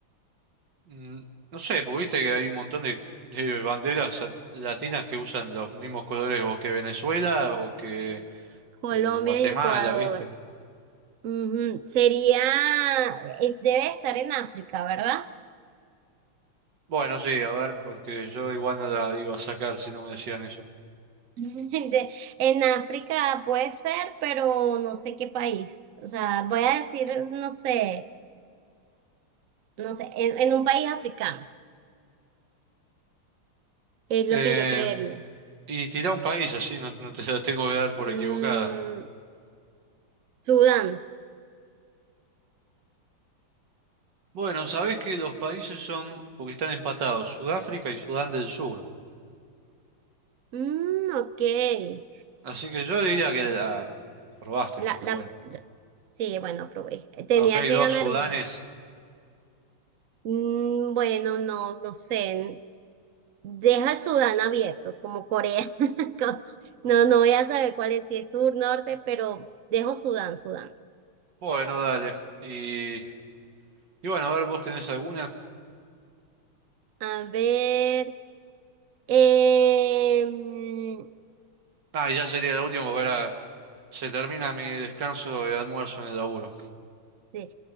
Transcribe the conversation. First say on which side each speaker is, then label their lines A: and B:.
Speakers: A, on the right; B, on the right.
A: Mm, No sé, porque viste que hay un montón de, de banderas a- latinas que usan los mismos colores o que Venezuela o que
B: Colombia
A: eh, Guatemala,
B: y Ecuador.
A: ¿viste?
B: Ujú. Sería, eh, debe estar en África, ¿verdad?
A: Bueno, sí, a ver, porque yo igual no la iba a sacar si no me decían eso.
B: <laughs> De- en África puede ser, pero no sé qué país. O sea, voy a decir, no sé, no sé, en, en un país africano, es lo
A: Em,
B: que yo creería.
A: y tirá un país así, no, no te la tengo que dar por
B: Mm,
A: equivocada.
B: Sudán.
A: Bueno, sabés que los países son, porque están empatados, Sudáfrica y Sudán del Sur.
B: Mm, ok.
A: Así que yo diría que la, la probaste,
B: La,
A: porque
B: la,
A: bueno,
B: la- sí, bueno, probé. Tenía
A: aunque hay
B: que
A: dos
B: ganar
A: Sudanes,
B: una. Mm, bueno, no, no sé. Deja Sudán abierto, como Corea. <laughs> Co- No, no voy a saber cuál es, si es sur, norte, pero dejo Sudán, Sudán.
A: bueno, dale. y Y bueno, a ver, ¿vos tenés alguna?
B: A ver. em,
A: Ah, y ya sería la última porque ahora se termina mi descanso de almuerzo en el laburo.
B: sí.